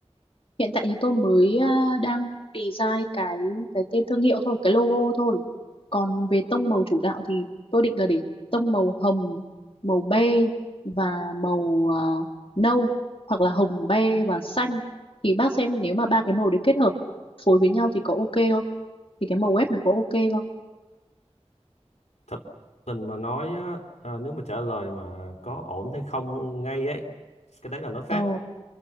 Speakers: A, on the left; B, on the left.
A: hiện tại thì tôi mới à, đang design cái cái tên thương hiệu thôi cái logo thôi còn về tông màu chủ đạo thì tôi định là để tông màu hồng màu be và màu à, nâu hoặc là hồng be và xanh thì bác xem nếu mà ba cái màu đấy kết hợp phối với nhau thì có ok không thì cái màu web nó có ok không
B: thật tình mà nói á, à, nếu mà trả lời mà có ổn hay không ngay ấy cái đấy là nói phép
A: ờ